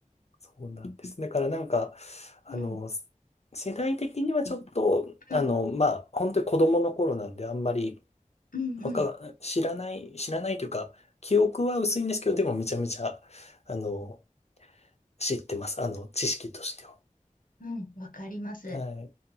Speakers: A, on the left (about 50°); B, on the left (about 80°).
A: そうなんです。だからなんか、あの、
B: うん、
A: 世代的にはちょっと、あの、
B: うん、
A: まあ、本当に子供の頃なんで、あんまり
B: うん、
A: わか、
B: うん、うん、
A: 知らない、知らないというか、記憶は薄いんですけど、でもめちゃめちゃ、あの、知ってます。あの、知識としては。
B: うんわかります。
A: はい。